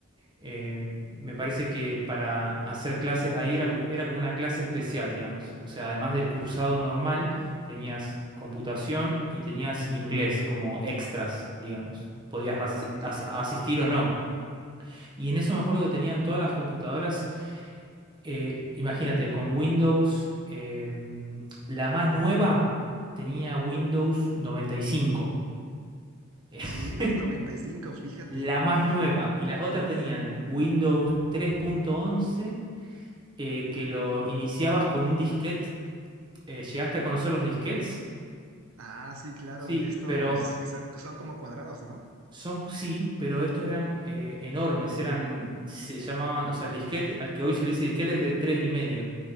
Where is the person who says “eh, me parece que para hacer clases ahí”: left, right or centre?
Right